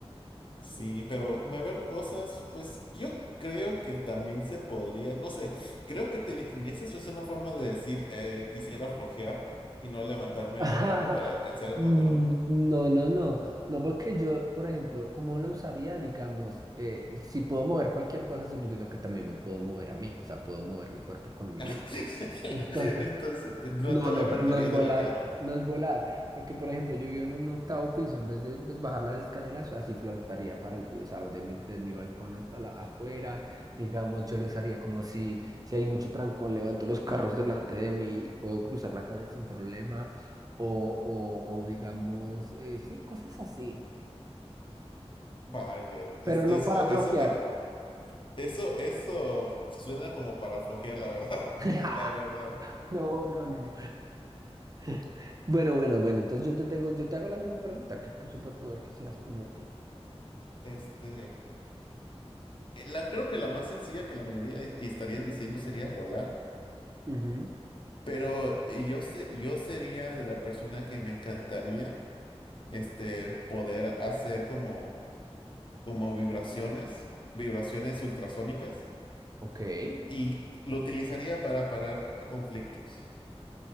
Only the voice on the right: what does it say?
<laughs>
Mm,
No, no, no, no, porque yo, por ejemplo, ¿cómo la usaría? Digamos, eh, si puedo mover cualquier cosa, significa que también me puedo mover a mí, o sea, puedo mover mi cuerpo con mi
mente. Entonces,
no,
no,
pero no es volar,
no es volar, porque por ejemplo yo vivo en un octavo piso, en vez de pues, bajar las escaleras, así flotaría para el piso, o sea, de mi, de mi balcón hasta la afuera, digamos, yo lo usaría como si, si hay mucho trancón, levanto los carros delante de mí y puedo cruzar la calle sin problema, o, o, o digamos, eh, sí, cosas así,
pero no
para bloquear.
<laughs>
No, no, no. <laughs> Bueno, bueno, bueno, entonces yo te tengo, yo te hago la misma pregunta, ¿qué pu- superpoder quisieras tener tú?
Ujú.
Ok. Eh,